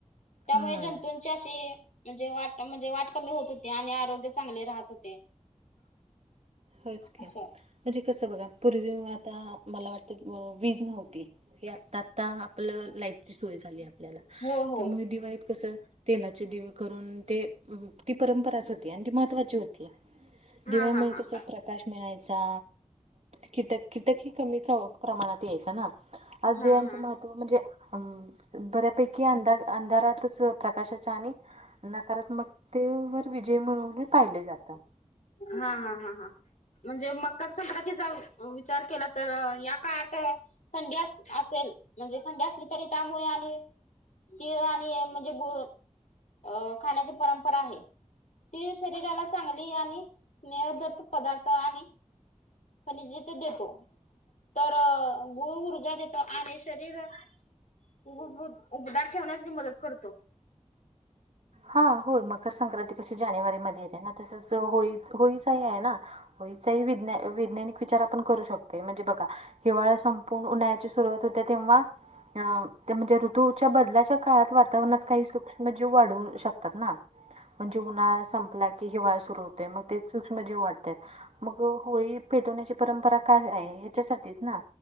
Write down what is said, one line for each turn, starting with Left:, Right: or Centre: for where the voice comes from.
Left: त्यामुळे
Right: हा
Left: जंतूंची अशी म्हणजे वाट म्हणजे वाट कमी होत होते, आणि आरोग्य चांगले राहत होते.
Right: होयचकी
Left: असं
Right: म्हणजे कसं बघा पूर्वी आता. मला वाटत वीज नव्हती हे आता आता आपलं लाईट सोय झाली आपल्याला
Left: हो हो
Right: त्यामुळें दिवाळीत कसं तेलाचे दिवे करून ते ती परंपराच होती. आणि ती महत्त्वाची होती,
Left: हा
Right: दिव्यामुळे
Left: हा हा
Right: कस प्रकाश मिळायचा. कीटक कीटक ह कमी प्रमाणात यायचं ना आज
Left: हा
Right: दिव्यांचं
Left: हा
Right: महत्त्व म्हणजे, अ बऱ्यापैकी अंधा अंधारातच प्रकाशाच्या आणि नकारात्मक- ते वर विजय म्हळुन ही पाहिले जातं.
Left: हा हा हा म्हणजे मकर संक्रांतीचा विचार केला तर या काळात. थंडी असेल म्हणजे थंडी असली त्यामुळे आणि- तीळ आणि म्हणजे गुळ, अ खाण्याची परंपरा आहे तीळ शरीराला चांगली आणि- <unintelligible> पदार्थ नाही. खनिज ते देतो, तर गुळ ऊर्जा देतो. आणि शरीर उ उबदार ठेवण्यास मी मदत करतो.
Right: हा होय मकर संक्रांती कशी जानेवारी मध्ये येते ना तसच होळी होळीचाही आहे ना, होळी चा ही विज्ञ वैज्ञानिक विचार आपण करू शकत म्हणजे बघा. हिवाळा संपून उन्हाळ्याची सुरुवात होते तेव्हा अ ते म्हणजे ऋतूच्या बदलाच्या काळात वातावरणात काही सूक्ष्म जीव वाढू शकतात ना. म्हणजे उन्हाळा संपला की हिवाळ सुरू होते मग तेच सूक्ष्मजीव वाढत्यात. मग होळी पेटवण्याची परंपरा काय आहे ह्याच्यासाठीच ना.